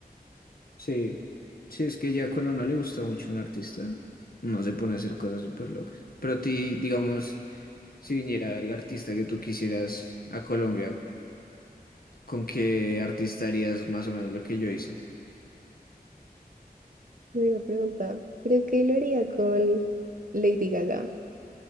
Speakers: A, on the left (about 65°); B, on the right (about 55°).
A: Sí, sí, es que ya cuando no le gusta mucho un artista, no se pone a hacer cosas súper locas. Pero a ti, digamos, si viniera el artista que tú quisieras a Colombia, ¿con qué artista harías más o menos lo que yo hice?
B: Una pregunta. Creo que lo haría con Lady Gaga.